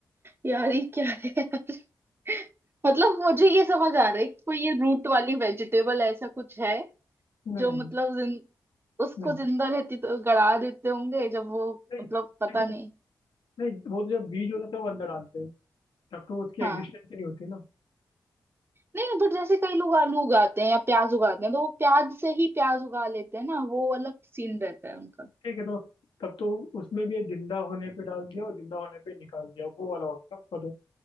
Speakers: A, on the right (about 30°); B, on the left (about 85°).
A: यार ये क्या है यार <laughs> मतलब मुझे ये समझ आ रहा है कि कोई ये रूट वाली वेजिटेबल ऐसा कुछ है
B: नहीं
A: जो मतलब जिन, उसको
B: नहीं
A: जिंदा रहती तो गड़ा देते होंगे जब वो
B: नहीं
A: मतलब पता
B: लेकिन
A: नहीं
B: नहीं वो तो जब बीज होता है तब अंदर डालते हैं तब तो उसकी
A: हाँ
B: एग्जिस्टेंस ही नहीं होती ना
A: नहीं बट जैसे कई लोग आलू उगाते हैं या प्याज उगाते हैं तो वो प्याज से ही प्याज उगा लेते हैं ना वो अलग सीन रहता है उनका
B: ठीक है तो तब तो उसमें भी ये जिंदा होने पे डाल दिया और जिंदा होने पे निकाल दिया वो वाला हो गया उसका तो